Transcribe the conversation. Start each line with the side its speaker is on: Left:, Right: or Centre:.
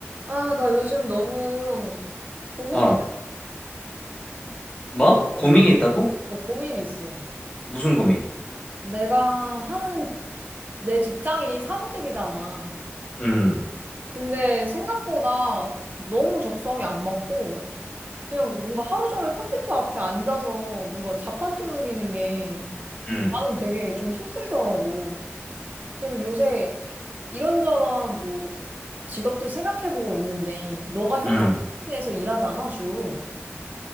Right: 아, 나 요즘 너무 고민이,
Left: 어, 뭐? 고민이 있다고?
Right: 어, 고민이 있어.
Left: 무슨 고민?
Right: 내가 하는 내 직장이 사무직이잖아.
Left: 음,
Right: 근데 생각보다 너무 적성이 안 맞고, 그냥 뭔가 하루 종일 컴퓨터 앞에 앉아서 뭔가 자판 두드리는 게
Left: 음,
Right: 나는 되게 좀 힘들더라고. 그래서 요새 이런저런 뭐 직업들 생각해보고 있는데, 너가 현장에서
Left: 음.
Right: 일하잖아, 주로.